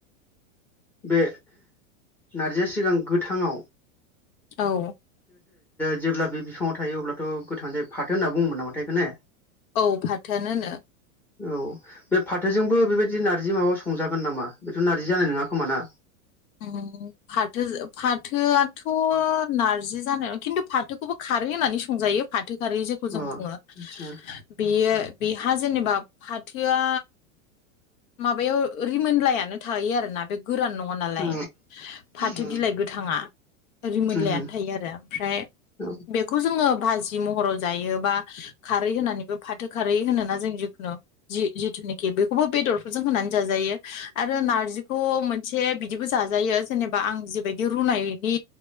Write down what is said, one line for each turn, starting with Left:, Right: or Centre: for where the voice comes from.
Centre: बे नारजिया सिगां गोथा ङाव
Left: औ
Centre: जेब्ला बे बिफाङाव थायो अब्लाथ' गोथां जायो, फाथो होनना बुङोमोन नामा थाय बिखौ ने?
Left: औ फाथो आनो होनो ।
Centre: औ बे फाथोजोंबो बेबायदि नारजि माबा संजा गोन नामा? बेथ' नारजि जानाय नङा? खोमाना
Left: <inaudible> फाथो फाथोआथ' नार्रजि जानायङा, खिन्थु फाथोखौबो खारो होननानै संजायो फाथो फाथो खारि जेखौ
Centre: अ
Left: जों बुङो,
Centre: आदसा
Left: बेयो बेहा जेनेबा फाथोया माबायाव रिमोनलायानो थायो आरोना बे गोरान नङा नालाय
Centre: अ
Left: फाथो
Centre: अ होम
Left: बिलाइ गोथाङा । रिमोनलायानो
Centre: होम
Left: थायो आरो ओमफ्राय,
Centre: औ औ
Left: बेखौ जोङो भाज जि महराव जायो बा खारै होनानै बो फाथो खारै होनोना बुंनो ना जों जिखुनु जि जिथुनिखि बेखौबो बेदरफोरजों होनानै जाजायो आरो नारजिखौ मोनसे बिदिबो जाजायो, जेनेबा आं जिबायदि रुनायनि